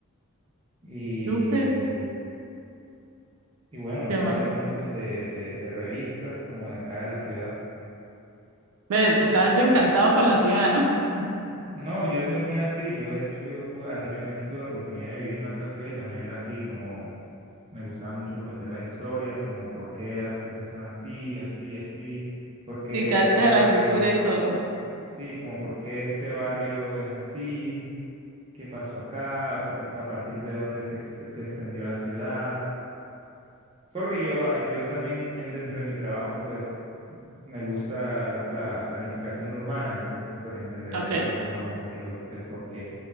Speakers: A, on the right; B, on the right.
A: y,
B: Súper.
A: y bueno, un
B: Qué
A: par
B: mal.
A: de pronto de, de, de revistas como de acá de la ciudad.
B: Ve, te estás encantado con la ciudad, ¿no? <laughs>
A: No, yo soy muy así, yo de hecho yo tuve- anteriormente tuve la oportunidad de vivir en otra ciudad y también era así como Me gustaba mucho conocer la historia, como por qué las cosas son así, así, así, por qué
B: Y te adaptas
A: este barrio,
B: a la cultura y todo.
A: sí, como por qué este barrio es así, qué pasó acá, a a partir de dónde se, ex- se extendió la ciudad. Porque yo, a- yo también en, dentro de mi trabajo, pues me gusta la, la planificación urbana, entonces pues entenderás
B: Ok.
A: de pronto más un poquito el por qué